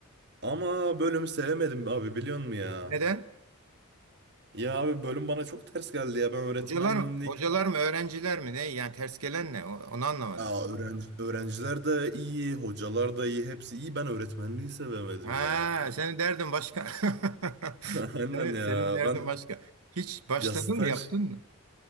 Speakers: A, on the right (about 50°); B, on the right (about 80°).
A: Ama bölümü sevemedim abi biliyor musun ya?
B: neden?
A: Ya abi bölüm bana çok ters geldi ya. Ben öğretmenlik...
B: Hocalar mı? Hocalar mı? Öğrenciler mi? Ne? Yani ters gelen ne? O- Onu anlamadım.
A: Aa, öğrenci, öğrenciler de iyi, hocalar da iyi, hepsi iyi. Ben öğretmenliği sevemedim
B: Ha,
A: ya.
B: senin derdin başka. <laughs>
A: <laughs> Aynen
B: Senin,
A: ya.
B: senin derdin
A: Ben
B: başka. Hiç başladın
A: ya staj,
B: mı yaptın mı?